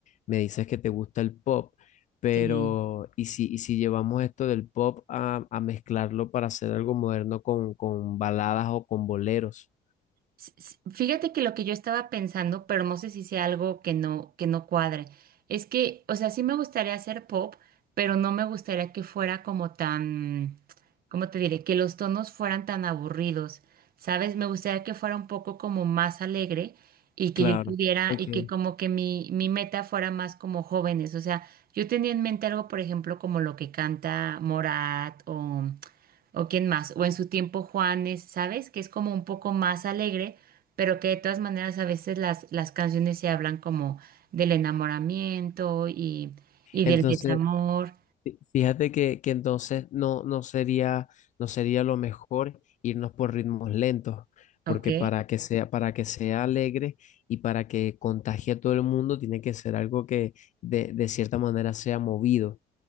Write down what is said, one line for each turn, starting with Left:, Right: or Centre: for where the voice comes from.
Left: me dices que te gusta el pop. Pero,
Right: Sí.
Left: ¿y si, y si llevamos esto del pop a, a mezclarlo para hacer algo moderno con, con baladas o con boleros?
Right: S- s- Fíjate que lo que yo estaba pensando, pero no sé si sea algo que no, que no cuadre, es que, o sea, sí me gustaría hacer pop, pero no me gustaría que fuera como tan, ¿cómo te diré? Que los tonos fueran tan aburridos, ¿sabes? Me gustaría que fuera un poco como más alegre y que
Left: Claro.
Right: yo pudiera,
Left: ok.
Right: y que como que mi, mi meta fuera más como jóvenes, o sea, yo tenía en mente algo, por ejemplo, como lo que canta Morat o o quién más, o en su tiempo Juanes, ¿sabes? Que es como un poco más alegre, pero que de todas maneras a veces las, las canciones se hablan como del enamoramiento y, y
Left: Entonces,
Right: del desamor,
Left: fí- fíjate que, que entonces no, no sería, no sería lo mejor irnos por ritmos lentos, porque
Right: ¿ok?
Left: para que sea, para que sea alegre y para que contagie a todo el mundo, tiene que ser algo que de, de cierta manera sea movido.